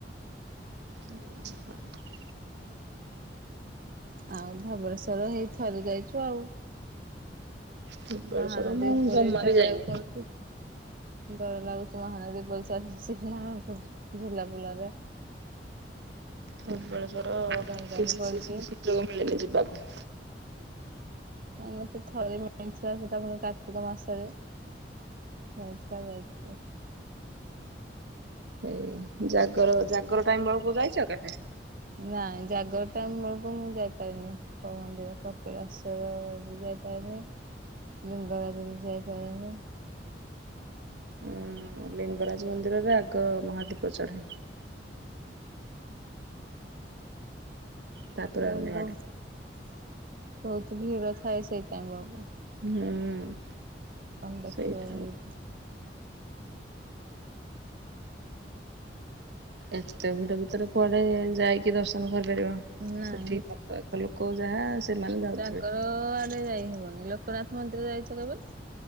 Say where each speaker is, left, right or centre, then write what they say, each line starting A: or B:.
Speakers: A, on the right; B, on the right.
A: <inaudible>
B: ଆଉ ଧବଳେଶ୍ଵର ଏଇ ଥରେ ଯାଇଛୁ ଆଉ।
A: ଧବଳେଶ୍ଵର
B: ମହାନଦୀ
A: ମୁଁ
B: ଉପରେ
A: ଜମା
B: ଚାଲିବାକୁ
A: ବି ଯାଇନି।
B: ପଡୁଛି ଡର ଲାଗୁଥିବ ମହାନଦୀ <unintelligible> ଝୁଲା ପୋଲରେ
A: ଧବେଳେଶ୍ଵର
B: ଡଙ୍ଗା
A: କି
B: ବି
A: <unintelligible>
B: ପଡିଛି
A: ସୁଯୋଗ ମିଳେନି ଯିବାକୁ
B: ମତେ ଥରେ ମିଳିଥିଲା ସେଇଟା ପୁଣି କାର୍ତ୍ତିକ ମାସରେ ମିଳିଥିଲା ଯାଇଥିଲି।
A: ଏଇ ଜାଗର ଜାଗର ଟାଇମ୍ ବେଳକୁ ଯାଇଛ କେବେ?
B: ନାଇଁ ଜାଗର ଟାଇମ ବେଳକୁ ମୁଁ ଯାଇପାରିନି। କୋଉ ମନ୍ଦିର କପିଳାଶର ବି ଯାଇପାରନି ଲିଙ୍ଗରାଜ ବି ଯାଇପାରିନି।
A: ଉଁ ଲିଙ୍ଗରାଜ ମନ୍ଦିରରେ ଆଗ ମହାଦୀପ ଚଢ଼େ।
B: ହୁଁ।
A: ତାପରେ
B: <unintelligible>
A: ଅନ୍ୟ
B: ବହୁତ
A: ଆଡେ।
B: ଭିଡ଼ ଥାଏ ସେଇ ଟାଇମ ବେଳକୁ।
A: ହୁଁ
B: କଣ ଦେଖିବ
A: ସେଇଟା
B: <unintelligible>
A: ଏତେ ଭିଡ ଭିତରେ କୁଆଡେ ଯାଇକି ଦର୍ଶନ କରିପାରିବ?
B: ନାଇଁ
A: ସେଠି ପାଖ ଆଖ ଲୋକ ଯାହା ସେମାନେ ଯାଉଥିବେ।
B: ଜାଗର ଆଡେ ଯାଇହବନି ଲୋକନାଥ ମନ୍ଦିର ଯାଇଛ କେବେ?